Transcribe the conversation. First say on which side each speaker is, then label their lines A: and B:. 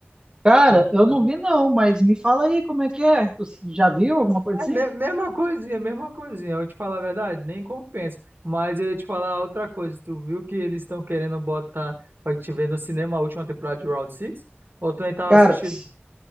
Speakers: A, on the right; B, on the right.
A: Cara,
B: Gostei
A: eu não
B: não.
A: vi não, mas me fala aí como é que é. Tu já viu alguma coisa
B: É,
A: assim?
B: me- mesma coisinha, mesma coisinha. Eu vou te falar a verdade, nem compensa. Mas eu ia te falar outra coisa. Tu viu que eles estão querendo botar pra te ver no cinema a última temporada de Round Six Ou tu nem tava
A: Cara,
B: assistindo?
A: s-